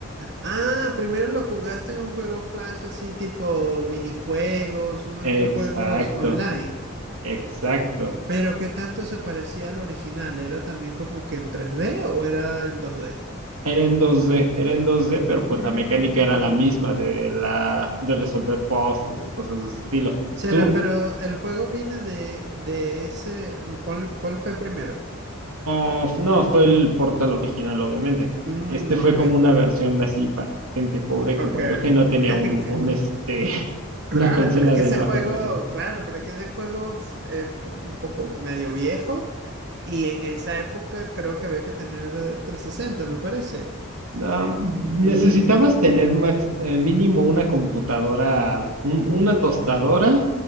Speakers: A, on the right; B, on the right.
A: Ah, primero lo jugaste en un juego Flash así tipo minijuegos, uno
B: Exacto,
A: de estos juegos online.
B: exacto.
A: Pero ¿qué tanto se parecía al original? ¿Era también como que en tres d o era en dos d
B: Era en 2D, era en 2D, pero
A: Mm,
B: pues la mecánica era la misma de la de resolver puzzles y cosas de ese estilo.
A: Será,
B: Tú,
A: pero el juego viene de, de ese... no, ¿cuál, cuál fue primero?
B: ah, f- no, fue el Portal original, obviamente.
A: Mm,
B: Este fue
A: ok,
B: como una versión así para gente pobre
A: ok.
B: como yo que no
A: <laughs>
B: tenía un, un este <laughs>
A: Claro,
B: una consola
A: pero es que
B: de
A: ese
B: nueva
A: juego,
B: generación.
A: claro, pero es que ese juego fu- eh, fu- un poco medio viejo y en esa época creo que había que tener eh, 360, me parece.
B: Ah,
A: Y...
B: necesitabas tener max- eh, mínimo una computadora, un- una tostadora